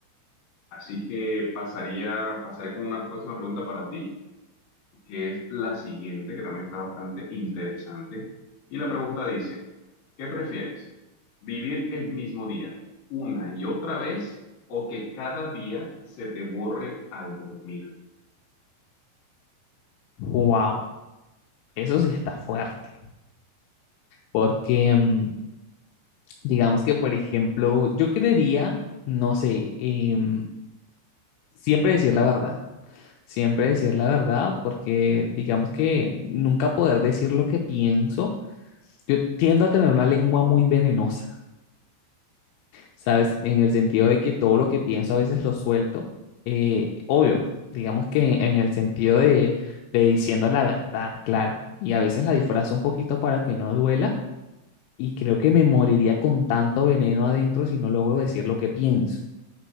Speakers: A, on the left (about 50°); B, on the left (about 80°).
A: Así que pasaría, pasaré con una próxima pregunta para ti que es la siguiente, que también está bastante interesante. Y la pregunta dice, ¿qué prefieres? ¿Vivir el mismo día una y otra vez o que cada día se te borre al dormir?
B: Wow, eso sí está fuerte. Porque mm, digamos que, por ejemplo, yo creería, no sé, em, siempre decir la verdad. siempre decir la verdad, porque digamos que nunca poder decir lo que pienso. Yo tiendo a tener una lengua muy venenosa, ¿sabes? En el sentido de que todo lo que pienso a veces lo suelto. Eh, obvio, digamos que en, en el sentido de, de diciendo la verdad, claro. Y a veces la disfrazo un poquito para que no duela. Y creo que me moriría con tanto veneno adentro si no logro decir lo que pienso.